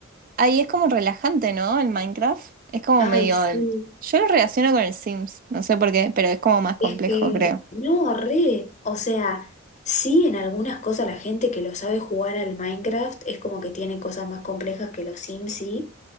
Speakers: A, on the right; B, on the left.
A: Ahí es como relajante, ¿no? El Minecraft. Es como
B: Ay,
A: medio...
B: sí.
A: el- Yo lo relaciono con el Sims, no sé por qué, pero es como más complejo,
B: Es que,
A: creo.
B: no, re, o sea, sí en algunas cosas la gente que lo sabe jugar al Minecraft es como que tiene cosas más complejas que los Sims, sí,